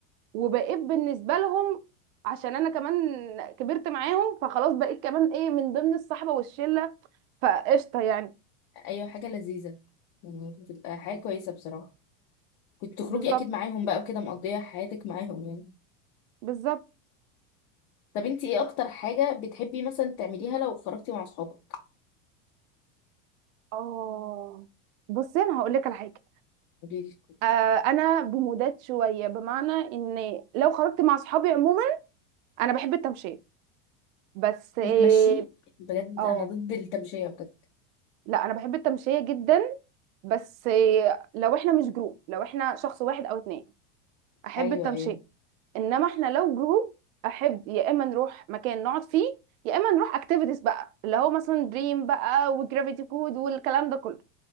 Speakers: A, on the right; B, on the left.
A: وبقيت بالنسبه لهم عشان انا كمان كبرت معاهم فخلاص بقيت كمان ايه من ضمن الصحبه والشله فقشطه يعني
B: ايوه حاجة لذيذة يعني بتبقى حاجة كويسة بصراحة كنت تخرجي
A: بالظبط
B: اكيد معاهم بقى وكده مقضية حياتك معاهم يعني
A: بالظبط
B: طب انتي ايه اكتر حاجة بتحبي مثلا تعمليها لو خرجتي مع اصحابك
A: اه بصي انا هقول لك على حاجه
B: قوليلي
A: آه انا بمودات شويه بمعنى ان لو خرجت مع صحابي عموما انا بحب التمشيه بس اه
B: بيتمشي بجد
A: آه،
B: انا ضد التمشية بجد
A: لا انا بحب التمشيه جدا بس آه، لو احنا مش جروب لو احنا شخص واحد او اتنين احب
B: ايوه
A: التمشيه
B: ايوه
A: انما احنا لو جروب احب يا اما نروح مكان نقعد فيه يا اما نروح اكتيفيتيز بقى اللي هو مثلا دريم بقى وجرافيتي كود والكلام ده كله